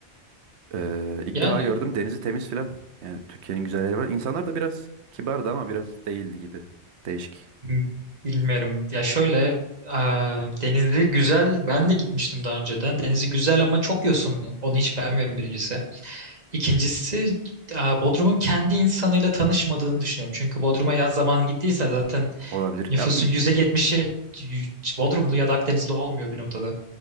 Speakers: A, on the right; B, on the right.
A: Ee, ilk
B: Yani
A: defa gördüm denizi temiz filan. Yani Türkiye'nin güzel yeri var. İnsanlar da biraz kibardı ama biraz değildi gibi. Değişik
B: m- bilmiyorum. Ya şöyle aa, denizi güzel. Ben de gitmiştim daha önceden. Denizi güzel ama çok yosunlu. Onu hiç beğenmiyorum birincisi. İkincisi aa, Bodrum'un kendi insanıyla tanışmadığını düşünüyorum. Çünkü Bodrum'a yaz zamanı gittiysen zaten
A: olabilir.
B: Nüfusun
A: Ya in-
B: yüzde yetmişi Bodrumlu ya da Akdenizli olmuyor bir noktada.